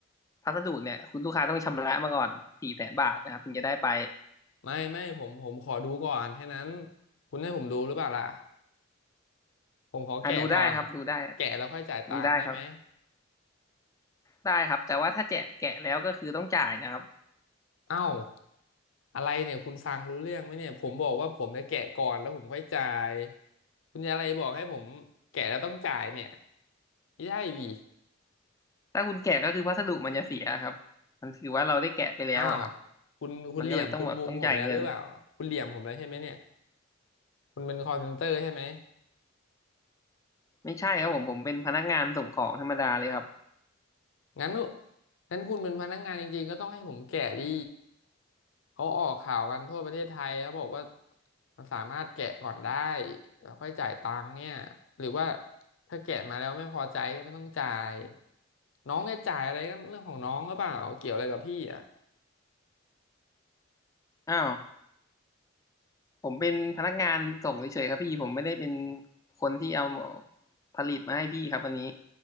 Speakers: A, on the left (about 15°); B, on the left (about 65°).
A: พัสดุเนี่ยคุณลูกค้าต้องชำระมาก่อนสี่แสนบาทนะครับถึงจะได้ไป
B: ไม่ไม่ผมผมขอดูก่อนแค่นั้นคุณให้ผมดูหรือเปล่าล่ะผมขอแกะก่อน
A: อ่าดูได้ครับดูได้
B: แกะแล้วค่อยจ่ายตังค์ได้ไหม
A: ดูได้ครับได้ครับแต่ว่าถ้าแจะแกะแล้วก็คือต้องจ่ายนะครับ
B: เอ้าอะไรเนี่ยคุณฟังรู้เรื่องไหมเนี่ยผมบอกว่าผมจะแกะก่อนแล้วผมค่อยจ่ายคุณจะอะไรบอกให้ผมแกะแล้วต้องจ่ายเนี่ยไม่ใช่ดิ
A: ถ้าคุณแกะก็คือพัสดุมันจะเสียครับมันถือว่าเราได้แกะไปแล้วอะครับ
B: อ้าวคุณคุณเหลี่ยมคุณมุมผมแล้วหรือเปล่าคุณเหลี่ยมผมแล้วใช่ไหมเนี่ย
A: มันก็เลยต้องแบบต้องจ่ายเงิน
B: คุณเป็น call center ใช่ไหม
A: ไม่ใช่ครับผมผมเป็นพนักงานส่งของธรรมดาเลยครับ
B: งั้นงั้นคุณเป็นพนักงานจริงๆก็ต้องให้ผมแกะดิเขาออกข่าวกันทั่วประเทศไทยเขาบอกว่ามันสามารถแกะก่อนได้แล้วค่อยจ่ายตังค์เนี่ยหรือว่าถ้าแกะมาแล้วไม่พอใจก็ไม่ต้องจ่ายน้องจะจ่ายอะไรก็เรื่องของน้องหรือเปล่าเกี่ยวอะไรกับพี่อ่ะ
A: อ้าวผมเป็นพนักงานส่งเฉยๆครับพี่ผมไม่ได้เป็นคนที่เอาผลิตมาให้พี่ครับอันนี้